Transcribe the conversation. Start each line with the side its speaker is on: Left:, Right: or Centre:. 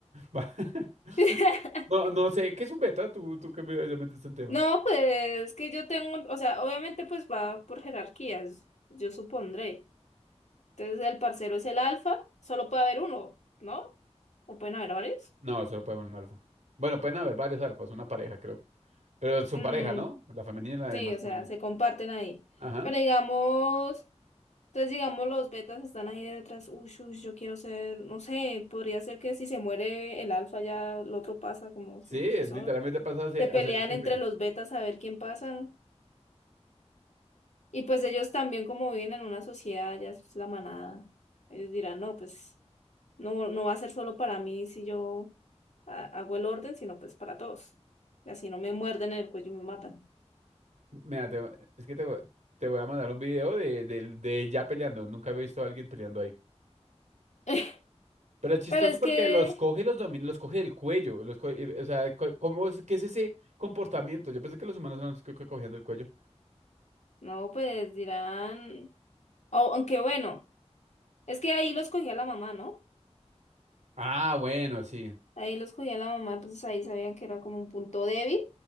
Right: va. <laughs>
Left: <laughs>
Right: No, no sé, ¿qué es un beta? Tú, tú que me- ya metiste el tema.
Left: No, pues que yo tengo, o sea, obviamente pues va por jerarquías, yo supondré. Entonces el parcero es el alfa, solo puede haber uno, ¿no? ¿O pueden haber varios?
Right: No, solo puede haber un alfa. Bueno, pueden haber varios alfas, una pareja, creo. Pero son
Left: Mm,
Right: pareja, ¿no? La femenina
Left: sí,
Right: y la masculina.
Left: o sea, se comparten ahí.
Right: Ajá.
Left: Pero digamos. Entonces, digamos, los betas están ahí detrás. Uy, uy, yo quiero ser, no sé, podría ser que si se muere el alfa ya el otro pasa como
Right: Sí,
Left: su
Right: es
Left: sucesor.
Right: literalmente pasa a ser,
Left: Se pelean
Right: a ser el jefe.
Left: entre los betas a ver quién pasa. Y pues ellos también como viven en una sociedad, ya es la manada. Ellos dirán, no, pues no, no va a ser solo para mí si yo ha- hago el orden, sino pues para todos. Y así no me muerden en el cuello y me matan.
Right: Mira, te, es que te, voy te voy a mandar un video de, del- de ella peleando. Nunca he visto a alguien peleando ahí.
Left: <laughs>
Right: Pero es chistoso
Left: Pero es
Right: porque
Left: que,
Right: los coge y los domina, los coge del cuello. Los coge- eh, o sea, co- ¿cómo es, qué es ese comportamiento? Yo pensé que los humanos eran los que, que cogían del cuello.
Left: no, pues dirán, o aunque bueno, es que ahí los cogía la mamá, ¿no?
Right: Ah, bueno, sí,
Left: Ahí los cogía la mamá, pues ahí sabían que era como un punto débil.